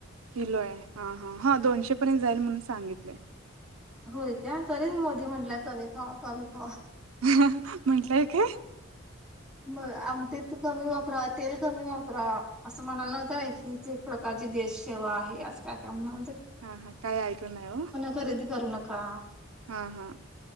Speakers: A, on the right (about 90°); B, in the centre.
A: किलो आहे हा हा हा दोनशे पर्यंत जाईल म्हणून सांगितलं
B: होय का तरी मोदी म्हटलं कमी खावा <unintelligible> खवा
A: ह म्हंटलंय काय?
B: मग आम ते कमी वापरा तेल कमी वापरा असं म्हणायला नवतं हीच एक प्रकारची देशसेेवा आहे. अस काय काय म्हणा
A: हा हा काय नाही हो <unintelligible>
B: खरेदी करू नका.
A: हा हा.